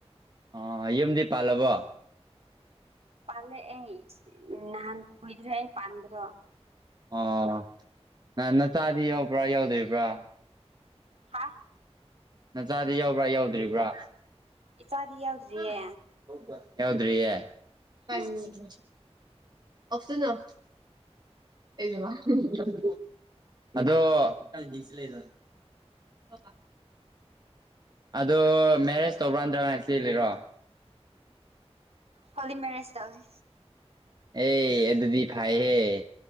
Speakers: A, on the right; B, on the right.
A: ꯑꯥ ꯌꯨꯝꯗꯤ ꯄꯥꯜꯂꯕꯣ
B: ꯄꯥꯜꯂꯛꯑꯦ ꯅꯍꯥꯟ ꯀꯨꯢꯗ꯭ꯔꯤ ꯑꯩ ꯄꯥꯥꯟꯕꯗꯣ
A: ꯑꯣ ꯅ ꯅꯆꯥꯗꯤ ꯌꯎꯕ꯭ꯔꯥ ꯌꯧꯗ꯭ꯔꯤꯕ꯭ꯔꯥ
B: ꯍꯥ
A: ꯅꯆꯥꯗꯤ ꯌꯎꯕ꯭ꯔꯥ ꯌꯧꯗ꯭ꯔꯤꯕ꯭ꯔꯥ
B: ꯏꯆꯥꯗꯤ ꯌꯥꯎꯗ꯭ꯔꯤꯌꯦ
A: <unintelligible> ꯌꯥꯎꯗ꯭ꯔꯤꯌꯦ <unintelligible> <unintelligible>
B: ꯎꯝ
A: <unintelligible> ꯑꯗꯣ <unintelligible> ꯑꯗꯣ ꯃꯦꯔꯦꯖ ꯇꯧꯕ꯭ꯔꯥ ꯅꯇ꯭ꯔꯒꯅ ꯆꯦꯜꯂꯤꯔꯣ
B: ꯍꯣꯂꯤ ꯃꯦꯔꯦꯖ ꯇꯧꯋꯦ
A: ꯑꯦ ꯑꯗꯨꯗꯤ ꯐꯩꯍꯦ <unintelligible>